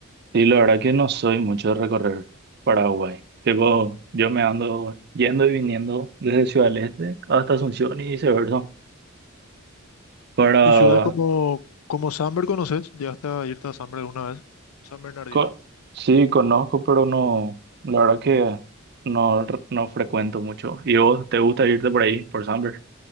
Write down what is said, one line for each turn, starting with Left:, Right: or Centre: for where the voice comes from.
Right: y la verdad que no soy mucho de recorrer Paraguay. Tipo, yo me ando yendo y viniendo desde Ciudad del Este hasta Asunción y viceversa para
Left: ¿Y ciudades como, como Samber conoces? ¿Llegaste a irte a Samber alguna vez? San Bernardino.
Right: Co- sí, conozco, pero no, la verdad que no, r- no frecuento mucho. ¿Y vos te gusta irte por ahí, por Samber?